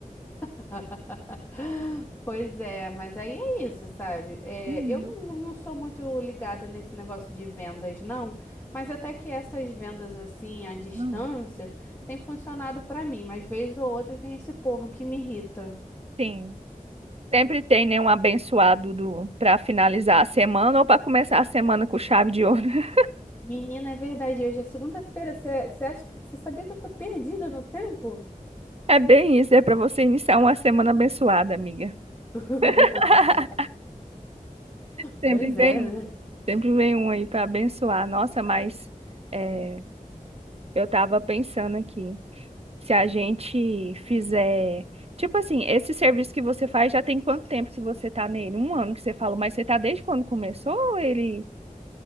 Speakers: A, on the left; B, on the right.
A: <laughs> Pois é, mas aí é isso, sabe? É,
B: Uhum,
A: eu não não sou muito ligada nesse negócio de vendas, não, mas até que essas vendas assim à distância
B: uhum.
A: tem funcionado pra mim, mas vez ou outra tem esse povo que me irrita.
B: Sim. Sempre tem, né, um abençoado do para finalizar a semana ou para começar a semana com chave de ouro. <laughs>
A: Menina, é verdade, hoje é segunda-feira, você você acha que você sabia que eu tô perdida no tempo?
B: É bem isso, é para você iniciar uma semana abençoada, amiga.
A: <laughs>
B: <laughs> Sempre
A: Pois
B: vem
A: é,
B: um,
A: né?
B: sempre vem um aí para abençoar. Nossa, mas é, eu tava pensando aqui, se a gente fizer, tipo assim, esse serviço que você faz já tem quanto tempo que você tá nele? Um ano que você falou, mas você tá desde quando começou ou ele?